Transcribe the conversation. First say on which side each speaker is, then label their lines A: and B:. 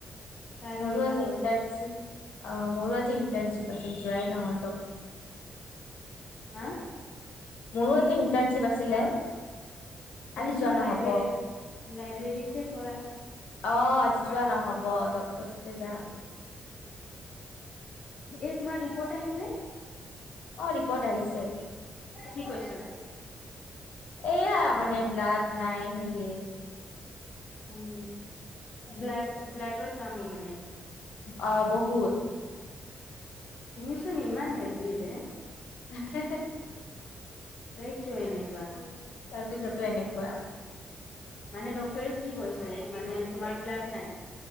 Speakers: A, on the left; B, on the left.
A: তাৰ
B: মোৰো
A: কিবা
B: আজি
A: হ'ল
B: - অঁ, মোৰো আজি ইণ্টাৰ্ণশ্বিপ আছিল, যোৱাই নহল।
A: হা
B: মোৰো আজি ইণ্টাৰ্ণশ্বিপ আছিলে।
A: তুমিছোন
B: আজি যোৱা নহব
A: লাইব্ৰে লাইব্ৰেৰী তে কৰা।
B: অঁ, আজি যোৱা নহব ডক্তৰ তাতে যাম।
A: এ তোমাৰ ৰিপৰ্ট আহিলনে?
B: অঁ, ৰিপট আহিছে।
A: কি কৈছা?
B: এয়া মানে ব্লাড নাই সেয়ে।
A: উম, ব্লা ব্লাডৰ কামি মানে?
B: অঁ, বহুত।
A: তুমিছোন ইমান হেল্ডি ৰে।
B: তাকে হে।
A: তাই কিয় এনেকুৱা?
B: তাৰপিছতে এনেকুৱা।
A: মানে ডক্টৰে কি কৈছে, মানে তোমাৰ ব্লাড নাই?